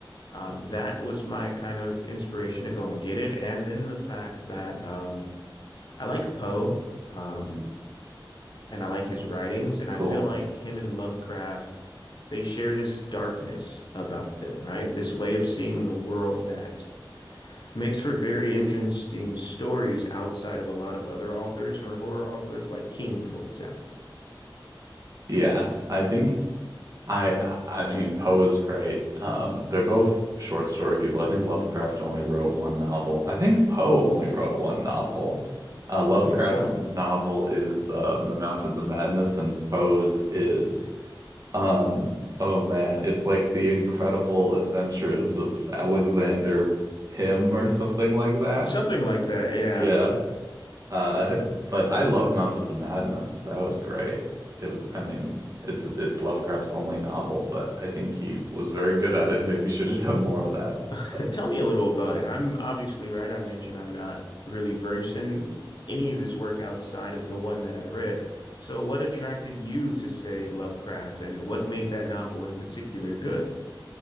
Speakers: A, on the left; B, on the right.
A: um, that was my kind of inspiration to go and get it. And then the fact that um, I like Poe, um, and I like his writings, and I
B: Cool.
A: feel like him and Lovecraft, they share this darkness about them, right? This way of seeing the world that makes for very interesting stories outside of a lot of other authors or horror authors, like King, for example.
B: Yeah, I think I I I mean Poe is great. Um, they're both short story people. I think Lovecraft only wrote one novel. I think Poe only wrote one novel. Uh, Lovecraft's
A: I believe so.
B: novel is um, The Mountains of Madness, and Poe's is um, oh man, it's like The Incredible Adventures of Alexander Pym or something like that.
A: Something like that, yeah.
B: Yeah. Uh, <laughs> but I loved Mountains of Madness. That was great. It, I mean, it's it's Lovecraft's only novel, but I think he was very good at it and maybe should have done more of that.
A: <laughs>
B: But-
A: Tell me a little about it. I'm obviously right. I mentioned I'm not really versed in any of his work outside of the one that I read. So, what attracted you to, say, Lovecraft, and what made that novel in particular good?